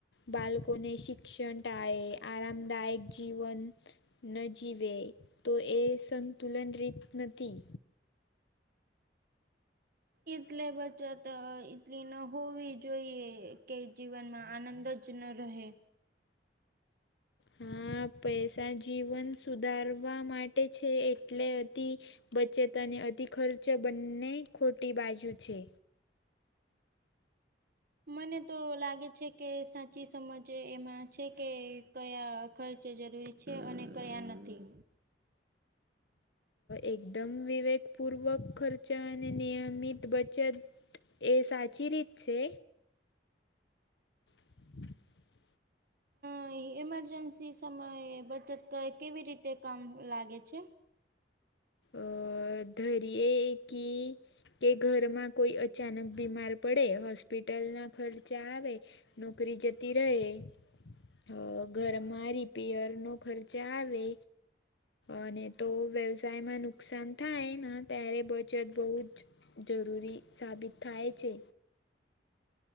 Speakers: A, on the left; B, on the right.
A: બાલકોને શિક્ષણ ટાળે આરામદાયક જીવન ન જીવે, તો એ સંતુલન રીત નથી.
B: ઇતલે બચત ઈડલી ન હોવી જોઈએ. કે જીવનમાં આનંદ જ ન રહે.
A: હા પૈસા જીવન સુધારવા માટે છે એટલે અતિ બચત અને અતિ ખર્ચ બંને ખોટી બાજુ છે.
B: મને તો લાગે છે કે સાચી સમજ એમાં છે કે કયા ખર્ચો જરૂરી છે અને કયા નથી.
A: એકદમ વિવેકપૂર્વક ખર્ચા અને નિયમિત બચત એ સાચી રીત છે? <inaudible>
B: અહી ઇમરજન્સી સમયે બચત કેવી રીતે કામ લાગે છે?
A: અ ધરીએ કી કે ઘરમાં કોઈ અચાનક બીમાર પડે હોસ્પિટલના ખર્ચા આવે. નોકરી જતી રહે. અ ઘરમાં રિપેયર નો ખર્ચા આવે. અને તો વ્યવસાયમાં નુકસાન થાય ને ત્યારે બચત બહુ જ જરૂરી સાબિત થાય છે.